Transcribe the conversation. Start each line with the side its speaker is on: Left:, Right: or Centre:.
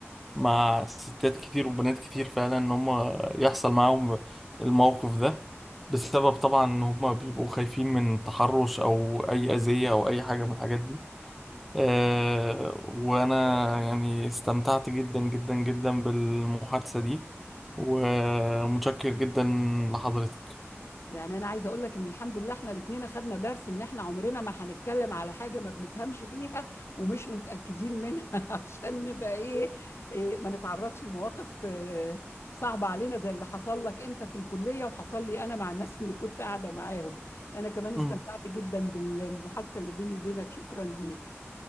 Centre: مع ستات كتير وبنات كتير فعلا ان هم يحصل معاهم الموقف ده بسبب طبعا ان هم بيبقوا خايفين من تحرش او اي اذية او اي حاجة من الحاجات دي آه، وأنا يعني استمتعت جدا جدا جدا بالمحادثة دي ومتشكر جدا لحضرتك
Left: يعني انا عايزه اقول لك ان الحمد لله احنا الاثنين اخدنا درس ان احنا عمرنا ما هنتكلم على حاجه ما بنفهمش فيها ومش متاكدين منها <laughs> عشان نبقى ايه, إيه ما نتعرضش لمواقف آه، صعبه علينا زي اللي حصل لك انت في الكليه وحصل لي انا مع الناس <laughs> اللي كنت قاعده معاهم انا كمان استمتعت
Centre: مم.
Left: جدا بالمحادثه اللي بيني وبينك شكرا ليك